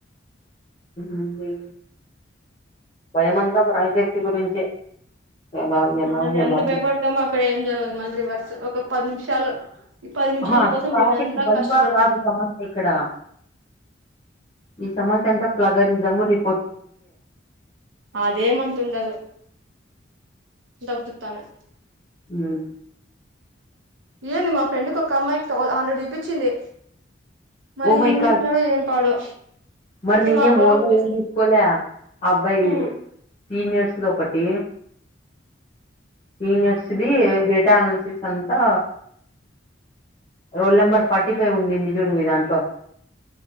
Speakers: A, on the left (about 30°); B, on the right (about 85°).
A: ఉంది భయమంతా ప్రాజెక్ట్ గురించే ఎలా ఎలా
B: అదే
A: ఎలా
B: అంత భయపడితే ఇక్కడ ఏం జరగదు మళ్ళీ రివర్స్ ఒక పది నిమిషాలు ఈ పది నిమిషాల
A: హ
B: కోసం
A: ప్రాజెక్ట్
B: రోజంతా
A: వైవా
B: కష్టపడతాం
A: కాదు సమస్య ఇక్కడ ఈ సమస్య అంత ప్లగరిసం రీ
B: అదేమంత ఉండదు అంతా ఉతుతనే
A: ఉ
B: ఏంది మా ఫ్రెండ్కి ఒక అమ్మాయికి థౌ హండ్రెడ్ చుపించింది మళ్ళీ
A: ఓ మై
B: ఏం చేసినారో
A: గాడ్
B: ఏం పాడో
A: మరి నేనేం
B: నార్మల్
A: ఓన్
B: వచ్చేసింది
A: గా ఏం తీసుకోలే ఆ అబ్బాయి
B: హ్మ్
A: సీనియర్స్ది ఒకటి సీనియర్స్ది డేటా అనాలిసిస్ అంతా రోల్ నెంబర్ ఫార్టీ ఫైవ్ ఉండింది చూడు మీ దాంట్లో